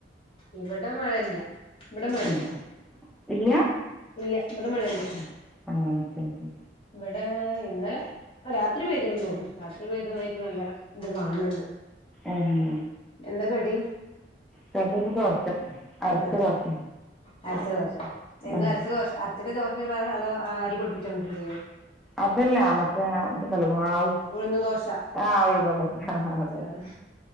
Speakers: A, on the left; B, in the centre.
A: ഇവിടെ മഴയില്യ ഇവിടെ മഴല്ല
B: ഉം. ഇല്ല
A: ഇല്ല്യ ഇവിടെ മഴയില്ല്യ
B: ഉം. ആ ക്കെ ക്കെ
A: ഇവിടെ ഇന്നലെ രാത്രി പെയ്തിക്ക്ണുതോന്നു രാത്രി പെയ്തതായിട്ട് നല്ല ഇത് കാണുന്നുണ്ട്
B: ആ ഹും
A: എന്താ കടി
B: <unintelligible> ദോശ അരച്ച
A: ആ
B: ദോശ
A: അരച്ച ദോശ എന്നും
B: ഉം.
A: അരച്ച ദോശ അര എന്നും ദോശ ചുടാറ അതോ അരിപൊടിപ്പിച്ചുകൊണ്ടരില്ലയ്യ
B: അതല്ല മറ്റേ ഇത്ണ്ടല്ലോ മാവ്
A: ഉഴുന്ന് ദോശ
B: ആ ഉഴുന്നുദോശ അ അതെയതെ
A: ആഹ്